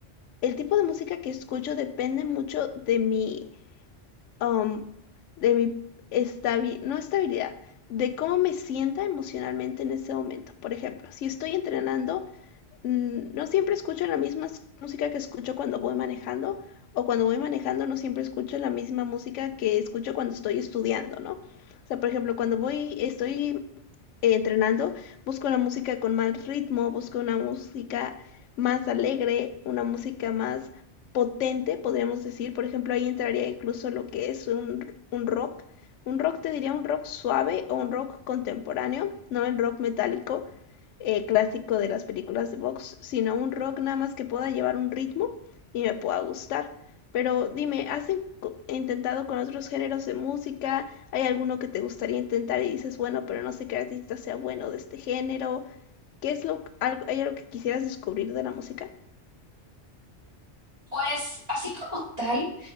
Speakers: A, on the left (about 85°); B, on the right (about 35°).
A: el tipo de música que escucho depende mucho de mi um, de mi estabi- no estabilidad, de cómo me sienta emocionalmente en ese momento. Por ejemplo, si estoy entrenando, mm, no siempre escucho la misma s- música que escucho cuando voy manejando, o cuando voy manejando no siempre escucho la misma música que escucho cuando estoy estudiando, ¿no? O sea, por ejemplo, cuando voy, estoy eh, entrenando, busco una música con más ritmo, busco una música más alegre, una música más potente, podríamos decir. Por ejemplo, ahí entraría incluso lo que es un, un rock. Un rock te diría un rock suave o un rock contemporáneo, no el rock metálico eh, clásico de las películas de box, sino un rock nada más que pueda llevar un ritmo y me pueda gustar. Pero dime, ¿has in- co- intentado con otros géneros de música? ¿Hay alguno que te gustaría intentar y dices, bueno, pero no sé qué artista sea bueno de este género? ¿Qué es lo, algo- hay algo que quisieras descubrir de la música?
B: Pues así como tal,